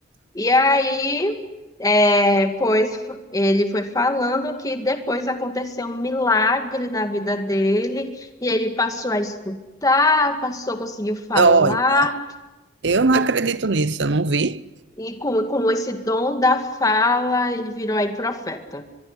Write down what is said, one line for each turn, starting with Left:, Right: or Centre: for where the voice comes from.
Left: E aí, é, pois f- ele foi falando que depois aconteceu um milagre na vida dele, e ele passou a escutar, passou, conseguiu falar,
Right: olha, eu não
Left: e,
Right: acredito nisso, eu não vi.
Left: e com, com esse dom da fala, ele virou aí profeta.